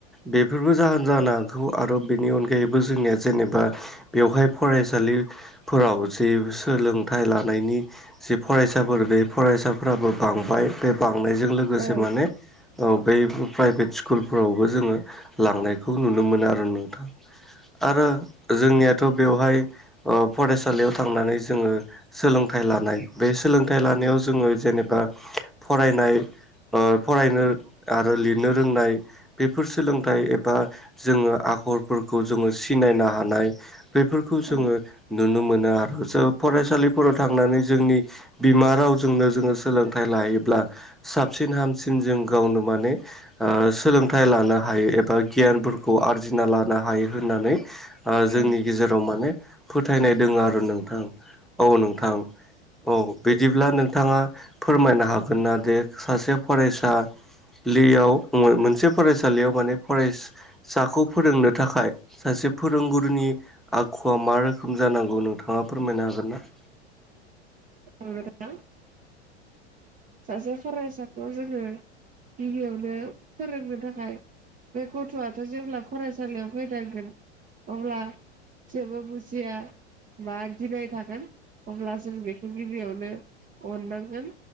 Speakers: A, in the centre; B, on the right.
A: बेफोरबो जाहोन जानो हागौ आरो बेनि अनगायैबो जोंनिया जेनेबा बेवहाय फरायसालिफोराव जे सोलोंथाइ लानायनि जि फरायसाफोर बे फरायसाफोराबो बांबाय बे बांनायजों लोगोसे
B: औ
A: माने औ बै प्राइभेट स्कुलफोरावबो जोङो लांनायखौ नुनो मोनो आरो नों थां आरो जोंनियाथ' बेवहाय अ फरायसालियाव थांनानै जोङो सोलोंथाइ लानाय बे सोलोंथाइ लानायाव जोङो जेनेबा फरायनाय ओ फरायनो आरो लिरनो रोंनाय बेफोर सोलोंथाइ एबा जोङो आखलफोरखौ जोङो सिनायनो हानाय बेफोरखौ जोङो
B: औ
A: नुनो मोनो आर' जों फरायसालिफोराव थांनानै जोंनि बिमा रावजोंनो जोङो सोलोंथाइ लायोब्ला साबसिन हामसिन जों गावनो माने ओ सोलोंथाइ लानो हायो एबा गियानफोरखौ आरजिना लानो हायो होननानै ओ
B: औ
A: जोंनि गेजेराव माने फोथायनाय दोङो आरो नोंथां। औ नोंथां औ बिदिब्ला नोंथाङा फोरमायनो हागोन ना दे सासे फरायसा लियाव मो-मोनसे फरायसालियाव माने फराय साखौ फोरोंनो थाखाय सासे फोरोंगुरुनि आखुवा मा रोखोम जानांगौ नोंथाङा फोरमायनो हागोन ना।
B: औ नोंथां। सासे फरायसाखौ जोङो गिबियावनो फोरोंनो थाखाय बे गथ'आथ' जेब्ला फरायसालियाव फैनांगोन अब्ला जेबो बुजिया। बा गिनाय थागोन अब्ला जों बेखौ गिबियावनो अननांगोन।